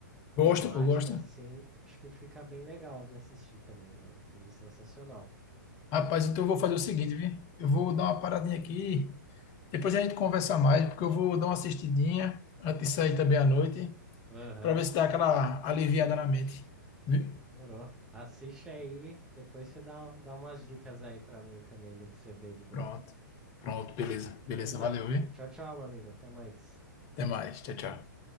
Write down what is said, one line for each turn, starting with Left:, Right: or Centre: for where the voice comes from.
Left: Gosto,
Centre: temática,
Left: pô, gosto.
Centre: assim, acho que fica bem legal de assistir também. É um filme sensacional.
Left: Rapaz, então eu vou fazer o seguinte, viu? Eu vou dar uma paradinha aqui. Depois a gente conversa mais, porque eu vou dar uma assistidinha antes de sair também à noite,
Centre: Aham,
Left: pra ver se dá aquela aliviada na mente. Viu?
Centre: morou. Assiste aí, depois você dá, dá umas dicas aí pra mim também do que você vê de bom.
Left: Pronto. Pronto, beleza. Beleza,
Centre: Beleza?
Left: valeu, viu?
Centre: Tchau, tchau, meu amigo. Até mais.
Left: Até mais. Tchau, tchau.